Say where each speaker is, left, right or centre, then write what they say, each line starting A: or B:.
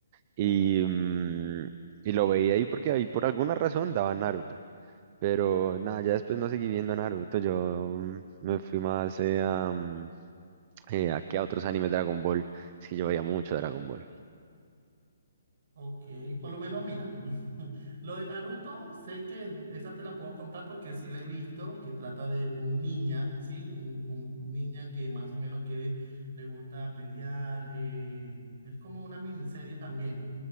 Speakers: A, on the right; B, on the right.
A: Y, mm, y lo veía ahí porque ahí por alguna razón daban Naruto. Pero nada, ya después no seguí viendo Naruto. Yo mm, me fui más eh, a, mm, eh, a, que a otros animes de Dragon Ball. Es que yo veía mucho Dragon Ball.
B: Ok, por lo menos mira, <laughs> lo de Naruto, sé que esa te la puedo contar porque sí la he visto, que trata de un niña, ¿sí? Un, un niña que más o menos quiere, le gusta pelear, eh, es como una miniserie también